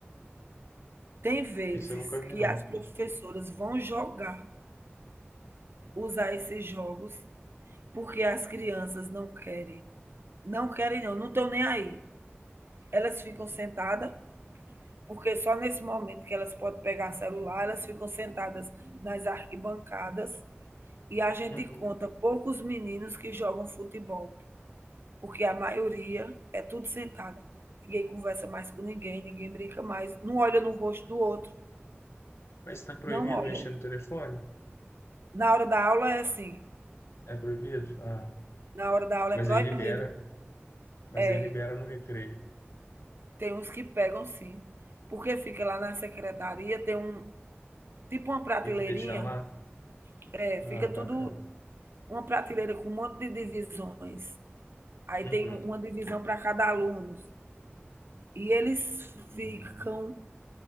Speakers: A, on the right; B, on the left.
A: Tem vezes
B: Isso eu nunca
A: que
B: vi, não.
A: as professoras vão jogar, usar esses jogos, porque as crianças não querem. Não querem não, não estão nem aí. Elas ficam sentadas, porque só nesse momento que elas podem pegar celular, elas ficam sentadas nas arquibancadas e a gente
B: Uhum.
A: conta poucos meninos que jogam futebol, porque a maioria é tudo sentada. Ninguém conversa mais com ninguém, ninguém brinca mais, não olha no rosto do outro,
B: Mas está proibido
A: não olha.
B: mexer no telefone?
A: Na hora da aula é assim,
B: É proibido? Ah,
A: Na hora da aula
B: mas
A: é proibido.
B: aí libera, mas
A: É.
B: aí libera no recreio.
A: Tem uns que pegam, sim. Porque fica lá na secretaria, tem um tipo uma prateleirinha,
B: Tem que deixar lá?
A: é,
B: Ah,
A: fica tudo
B: bacana.
A: uma prateleira com um monte de divisões. Aí
B: Uhum.
A: tem uma divisão para cada aluno. E eles ficam